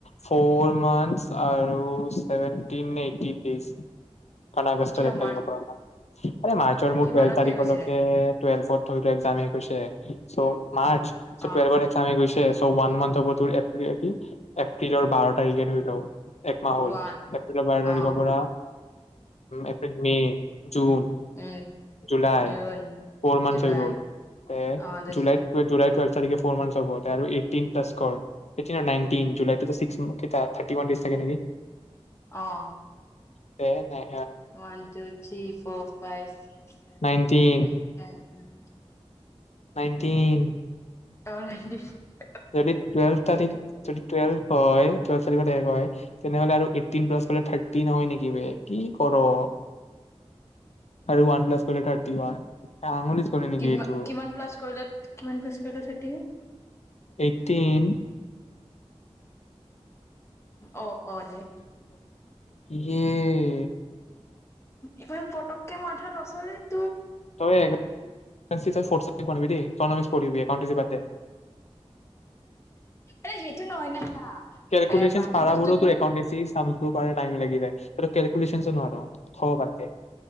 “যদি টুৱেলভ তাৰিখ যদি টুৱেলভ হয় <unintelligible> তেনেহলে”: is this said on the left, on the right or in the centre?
Left